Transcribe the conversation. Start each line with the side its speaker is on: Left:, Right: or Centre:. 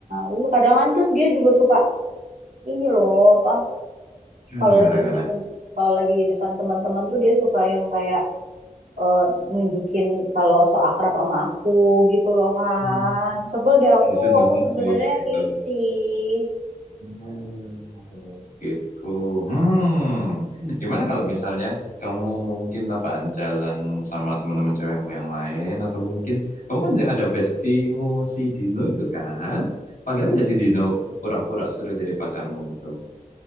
Right: Lalu kadang kan tuh dia juga suka ini loh apa
Left: gimana
Right: kalau
Left: gimana
Right: lagi
Left: gimana?
Right: di depan kalau lagi di depan teman-teman tuh dia suka yang kayak eh, nunjukin kalau so akrab sama aku gitu loh Han.
Left: Hmm.
Right: Sebel deh aku,
Left: Disentuh
Right: aku
Left: tuh
Right: sebenarnya
Left: gitu.
Right: risih.
Left: Oh, gitu. Hmm, gimana kalau misalnya kamu mungkin apa jalan sama teman-teman cewekmu yang lain atau mungkin kamu kan ada bestimu si Dino itu kan? Panggil aja si Dino pura-pura suruh jadi pacarmu gitu.